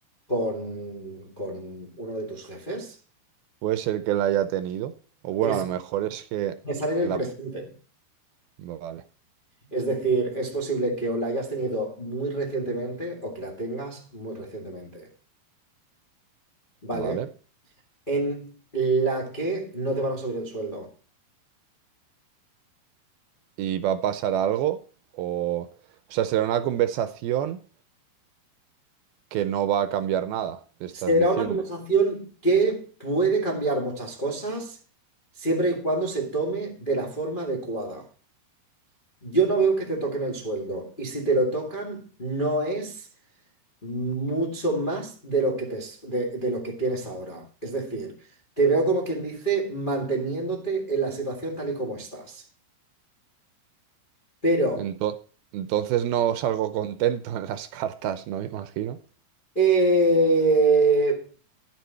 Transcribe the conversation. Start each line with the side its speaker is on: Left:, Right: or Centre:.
Left: con, con uno de tus jefes.
Right: Puede ser que la haya tenido, o bueno,
Left: Es
Right: a lo mejor es que
Left: pensar en el
Right: la...
Left: presente.
Right: Vale,
Left: Es decir, es posible que o la hayas tenido muy recientemente o que la tengas muy recientemente, ¿vale?
Right: vale.
Left: En la que no te van a subir el sueldo.
Right: ¿Y va a pasar algo? O, o sea, será una conversación que no va a cambiar nada, te estás
Left: Será
Right: diciendo.
Left: una conversación que puede cambiar muchas cosas siempre y cuando se tome de la forma adecuada. Yo no veo que te toquen el sueldo y si te lo tocan no es mucho más de lo que te, s- de, de lo que tienes ahora. Es decir, te veo como quien dice manteniéndote en la situación tal y como estás. Pero
Right: Ento- entonces no salgo contento en las cartas, ¿no? Me Imagino.
Left: eh,